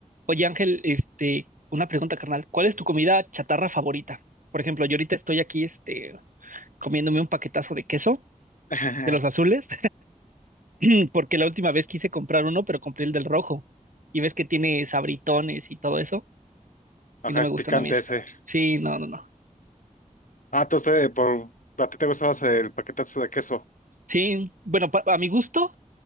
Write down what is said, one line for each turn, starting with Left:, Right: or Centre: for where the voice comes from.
Right: Oye, Ángel, este, una pregunta, carnal. ¿Cuál es tu comida chatarra favorita? Por ejemplo, yo ahorita estoy aquí, este, comiéndome un paquetazo de queso
Left: <laughs> Ajá,
Right: de los azules, <clears throat> porque la última vez quise comprar uno, pero compré el del rojo. Y ves que tiene sabritones y todo eso, y no me
Left: es
Right: gustan
Left: picante
Right: a mí eso.
Left: ese.
Right: Sí, no, no, no.
Left: Ah, entonces, eh, por, ¿a ti te gustaba ese- el paquetazo de queso?
Right: Sí, bueno, pa- a mi gusto